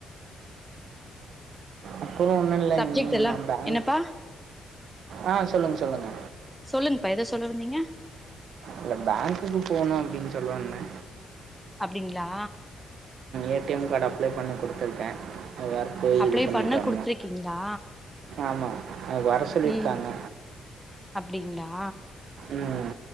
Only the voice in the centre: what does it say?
சப்ஜெக்ட் எல்லா
என்னப்பா
சொல்லுங்ப்பா ஏதோ சொல்லவந்தீங்க
அப்டிங்களா
apply
பண்ண
குடுத்துருக்கீங்களா
ம் அப்டிங்களா